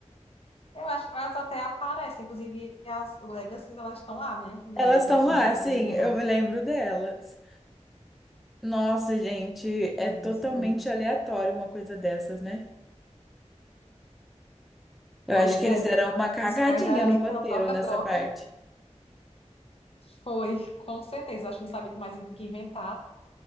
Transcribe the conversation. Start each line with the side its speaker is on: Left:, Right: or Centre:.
Left: eu acho que elas até aparecem. Inclusive, as Legacies, elas estão lá, né? Legacy,
Centre: Elas estão
Left: as
Centre: lá,
Left: meninas, as
Centre: sim,
Left: filhas dela.
Centre: eu me lembro delas. Nossa, gente, é
Left: Pois
Centre: totalmente
Left: é.
Centre: aleatório uma coisa dessas, né? Eu
Left: Pois
Centre: acho que
Left: é.
Centre: eles deram uma cagadinha
Left: Os caras ali
Centre: no roteiro
Left: foi um troca-troca.
Centre: nessa parte.
Left: Foi, com certeza. Acho que não sabia mais o que inventar.